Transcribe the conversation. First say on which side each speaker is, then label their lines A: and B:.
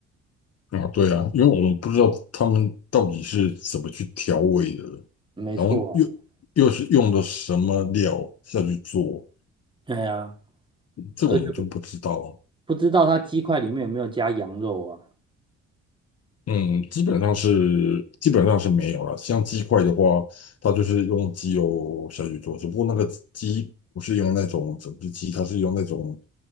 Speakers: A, on the left; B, on the right.
A: 啊，对啊，因为我们不知道他们到底是怎么去调味的，然后又又是用的什么料下去做，
B: 没错啊，对呀，
A: 这个我们就不知道。
B: 而且不知道它鸡块里面有没有加羊肉啊，
A: 嗯，基本上是基本上是没有了。
B: 对啊
A: 像鸡块的话，它就是用鸡油下去做，只不过那个鸡不是用那种整只鸡，它是用那种